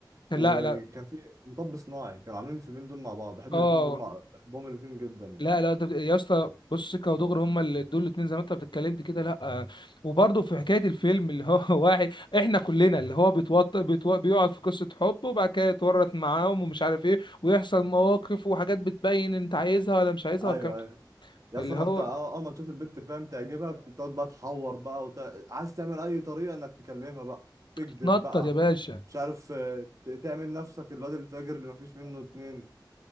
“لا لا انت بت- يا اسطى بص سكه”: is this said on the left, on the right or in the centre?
Left